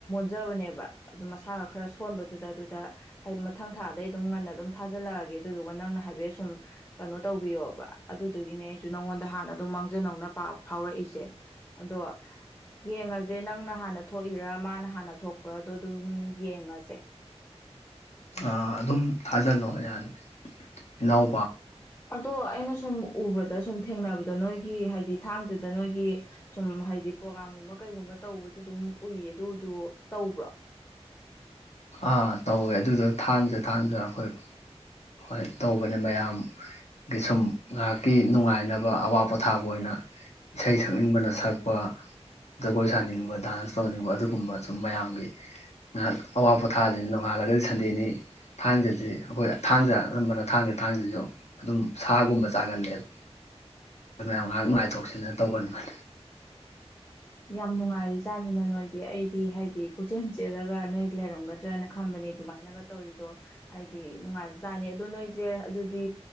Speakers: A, on the left; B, on the left.
A: ꯐꯖꯕꯅꯦꯕ ꯑꯗꯨ ꯃꯁꯥꯒ ꯈꯔ ꯁꯣꯟꯕꯗꯨꯗ ꯑꯗꯨꯗ ꯍꯥꯏ ꯃꯊꯪ ꯊꯥꯗꯩ ꯑꯗꯨꯝ ꯉꯟꯅ ꯑꯗꯨꯝ ꯊꯥꯖꯜꯂꯛꯑꯒꯦ ꯑꯗꯨꯗꯨꯒ ꯅꯪꯅ ꯍꯥꯏꯐꯦꯠ ꯁꯨꯝ ꯀꯩꯅꯣ ꯇꯧꯕꯤꯌꯣꯕ ꯑꯗꯨꯗꯨꯒꯤꯅꯦ ꯑꯩꯁꯨ ꯅꯪꯉꯣꯟꯗ ꯍꯥꯟꯅ ꯑꯗꯨꯝ ꯃꯥꯡꯖꯧ ꯅꯧꯅ ꯄꯥꯎ ꯐꯥꯎꯔꯛꯏꯁꯦ ꯑꯗꯣ ꯌꯦꯡꯉꯁꯦ ꯅꯪꯅ ꯍꯥꯟꯅ ꯊꯣꯛꯏꯔ ꯃꯥꯅ ꯍꯥꯟꯅ ꯄꯨꯊꯣꯛꯄ꯭ꯔꯥꯗꯣ ꯑꯗꯨꯝ ꯌꯦꯡꯉꯁꯦ
B: ꯑ ꯑꯗꯨꯝ ꯊꯥꯖꯤꯜꯂꯣ ꯌꯥꯅꯤ ꯏꯅꯥꯎ
A: ꯑꯗꯣ ꯑꯩꯅ ꯁꯨꯝ ꯎꯕꯗ ꯁꯨꯝ ꯊꯦꯡꯅꯕꯗ ꯅꯣꯏꯒꯤ ꯍꯥꯏꯗꯤ ꯊꯥꯡꯖꯗ ꯅꯣꯏꯒꯤ ꯁꯨꯝ ꯍꯥꯏꯗꯤ ꯄ꯭ꯔꯣꯒꯥ꯭ꯔꯝꯒꯨꯝꯕ ꯀꯩꯒꯨꯝꯕ ꯇꯧꯕꯖꯨ ꯑꯗꯨꯝ ꯎꯏꯌꯦ ꯑꯗꯨꯗ ꯇꯧꯕ꯭ꯔꯥ
B: ꯑ ꯇꯧꯋꯦ ꯑꯗꯨꯗꯣ ꯊꯥꯡꯖ ꯊꯥꯡꯖ ꯑꯩꯈꯣꯏ ꯍꯣꯏ ꯇꯧꯕꯅꯦ ꯃꯌꯥꯝꯒꯤ ꯁꯨꯝ ꯉꯥꯏꯍꯥꯛꯀꯤ ꯅꯨꯡꯉꯥꯏꯅꯕ ꯑꯋꯥ ꯄꯣꯊꯥꯕ ꯑꯣꯏꯅ ꯏꯁꯩ ꯁꯛꯅꯤꯡꯕꯅ ꯁꯛꯄ ꯖꯒꯣꯏ ꯁꯥꯅꯤꯡꯕ ꯗꯥꯟꯁ ꯇꯧꯅꯤꯡꯕ ꯑꯗꯨꯒꯨꯝꯕ ꯁꯨꯝ ꯃꯌꯥꯝꯒꯤ ꯉꯥꯏꯍꯥꯛ ꯑꯋꯥ ꯄꯣꯊꯥ ꯍꯜꯂꯤꯅ ꯅꯣꯡꯉꯥꯜꯂꯒꯗꯤ ꯁꯟꯗꯦꯅꯤ ꯊꯥꯡꯖꯁꯤ ꯑꯩꯈꯣꯏ ꯊꯥꯡꯖ ꯑꯅꯝꯕꯅ ꯊꯥꯡꯖ ꯊꯥꯡꯁꯤꯁꯨ ꯑꯗꯨꯝ ꯁꯥꯒꯨꯝꯕ ꯆꯥꯒꯜꯂꯦꯕ ꯃꯌꯥꯝ ꯉꯥꯏꯍꯥꯛ ꯅꯨꯡꯉꯥꯏꯊꯣꯛꯁꯤꯅ ꯇꯧꯒꯟꯕꯅꯤ
A: ꯌꯥꯝ ꯅꯨꯡꯉꯥꯏꯔꯤꯖꯥꯠꯅꯤꯅ ꯅꯣꯏꯗꯤ ꯑꯩꯗꯤ ꯍꯥꯏꯗꯤ ꯄꯨꯆꯦꯟ ꯆꯦꯜꯂꯒ ꯅꯣꯏ ꯂꯩꯔꯝꯒꯗ꯭ꯔꯅ ꯈꯟꯕꯅꯦ ꯑꯗꯨꯃꯥꯏꯅꯒ ꯇꯧꯔꯤꯗꯣ ꯍꯥꯏꯗꯤ ꯅꯨꯡꯉꯥꯏꯕꯖꯥꯠꯅꯤ ꯑꯗꯣ ꯅꯣꯏꯖꯦ ꯑꯗꯨꯗꯤ